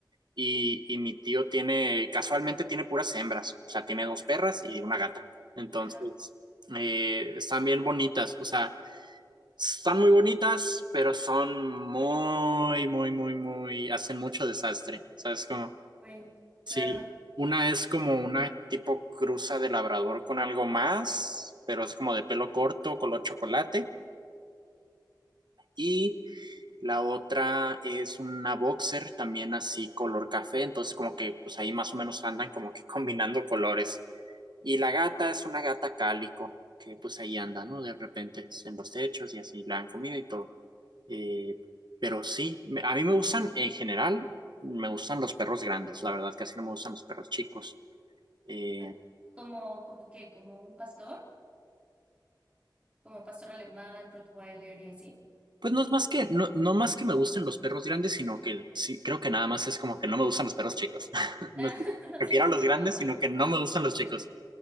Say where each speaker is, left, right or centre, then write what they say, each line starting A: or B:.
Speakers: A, on the right (about 65°); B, on the right (about 15°).
A: Y, y mi tío tiene, casualmente tiene puras hembras, o sea, tiene dos perras y una gata. Entonces,
B: Ajá,
A: eh, están bien bonitas, o sea, están muy bonitas, pero son muy, muy, muy, muy, hacen mucho desastre. ¿Sabes cómo?
B: bueno, claro.
A: Sí, una es como una tipo cruza de labrador con algo más, pero es como de pelo corto, color chocolate. Y la otra es una boxer también así color café, entonces como que pues ahí más o menos andan como que <laughs> combinando colores. Y la gata es una gata cálico, que pues ahí anda, ¿no? De repente en los techos y así la han comido y todo. Eh, pero sí, me- a mí me gustan en general, me gustan los perros grandes, la verdad casi no me gustan los perros chicos. Eh,
B: Ah, ¿Como, como qué? ¿Como un pastor? ¿Como pastor alemán, Rottweiler y así?
A: Pues no es más que, no, no más que me gusten los perros grandes, sino que sí, creo que nada más es como que no me gustan los perros chicos. <laughs> No
B: Ah,
A: es que
B: <laughs> no
A: prefiero
B: te gusta
A: a los
B: un chihuahua.
A: grandes, sino que no me gustan los chicos.